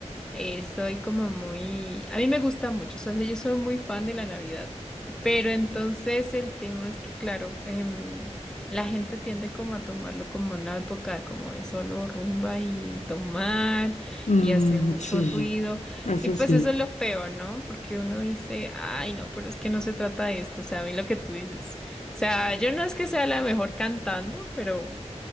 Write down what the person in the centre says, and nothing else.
Eh, soy como muy... A mí me gusta mucho, o sea, yo soy muy fan de la Navidad, pero entonces el tema es que, claro, em, la gente tiende como a tomarlo como una época como de solo rumba y tomar
y hacer mucho
ruido.
Y pues
eso es lo feo, ¿no? Porque uno dice, ay, no, pero es que no se trata de esto, o sea, a mí lo que tú dices, o sea, yo no es que sea la mejor cantando, pero